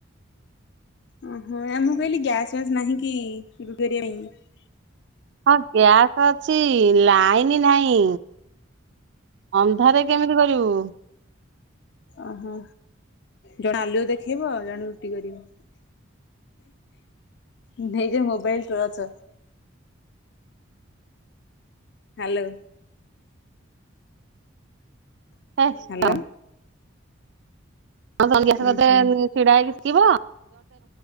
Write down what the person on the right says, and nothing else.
ହଁ ଗ୍ୟାସ ଅଛି ଲାଇନ ନାହିଁ ଅନ୍ଧାରେ କେମିତି କରିବୁ।
<inaudible>
ହଁ ତମେ ଗ୍ୟାସ
କତିରେ
ଛିଡା ହେଇକି ଶଖିବ?